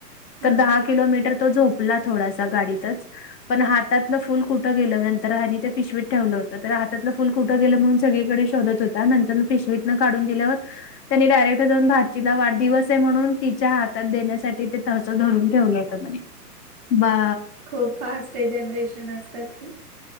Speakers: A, on the right; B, on the left.
A: हा
B: तर दहा किलोमीटर तो झोपला थोडासा गाडीतच पण हातलं फुल कुठं गेलं नंतर हनी ते पिशवीत ठेवलं होतं तर हात फुल कुठे गेलं म्हणून सगळीकडे शोधत होता नंतर पिशवितंन काढून दिल्यावर तेनी डायरेक्ट जाऊन भाचीला वाढदिवस आहे म्हणून तिच्या हातात देण्यासाठी ते तस धरून ठेवलं होतं म्हणे बा
A: खूप फास्ट आहे जनरेशन आजकालची.